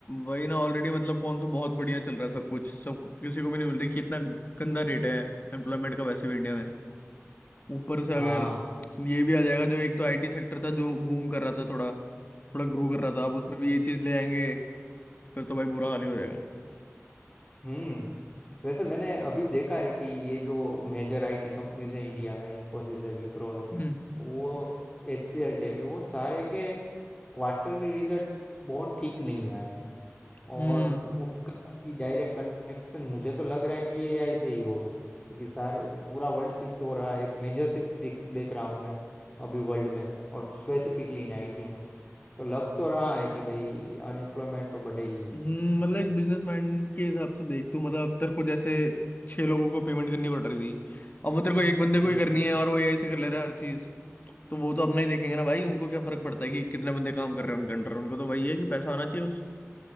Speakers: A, on the left (about 40°); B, on the left (about 20°).
A: वही ना ऑलरेडी मतलब कौन सा बहुत बढ़िया चल रहा है सब कुछ सब किसी को भी नहीं मिल रही कितना गंदा रेट है एम्प्लॉयमेंट का वैसे भी इंडिया में ऊपर से
B: हाँ
A: अगर ये भी आ जाएगा जो एक तो आईटी सेक्टर था जो बूम कर रहा था थोड़ा थोड़ा ग्रो कर रहा था अब उसमें भी ये चीज ले आएंगे फिर तो भाई बुरा हाल ही हो जाएगा
B: हम्म वैसे मैंने अभी देखा है कि ये जो मेजर आईटी कंपनीज हैं इंडिया में इंफोसिस है विप्रो है
A: हम्म
B: वो एचसीएल टेक है वो सारे के क्वार्टरली रिजल्ट बहुत ठीक नहीं आए हैं
A: हम्म
B: और उनका डायरेक्ट कनेक्शन मुझे तो लग रहा है कि ये एआई से ही होगा क्योंकि सारे पूरा वर्ल्ड शिफ्ट हो रहा है एक मेजर शिफ्ट देख देख रहा हूँ मैं अभी वर्ल्ड में और स्पेसिफिकली इन आईटी में तो लग तो रहा है कि भाई अनएम्प्लॉयमेंट तो बढ़ेगी ही।
A: हम्म, मतलब एक बिजनेसमैन के हिसाब से देख तू मतलब तेरे को जैसे छह लोगों को पेमेंट करनी पड़ रही थी अब वो तेरे को एक बंदे को
B: हम्म।
A: ही करनी है और वो एआई से कर ले रहा है हर चीज तो वो तो अपना ही देखेंगे ना भाई उनको क्या फर्क पड़ता है कि कितने बंदे काम कर रहे हैं उनके अंडर उनको तो वही है कि पैसा आना चाहिए बस